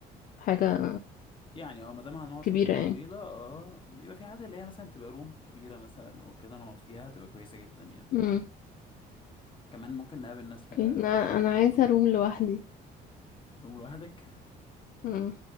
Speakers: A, on the left; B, on the left.
A: حاجه
B: يعني اه ما دام هنقعد
A: كبيره
B: فترة طويلة
A: يعني
B: اه بيبقى في حاجات اللي هي مثلا تبقى روم كبيرة مثلا او كده نقعد فيها تبقى كويسة جدا يعني
A: امم
B: كمان ممكن نقابل ناس
A: اوكي
B: آه،
A: انا انا
B: أصحابنا
A: عايزه
B: هناك.
A: روم لوحدي
B: روم لوحدك
A: امم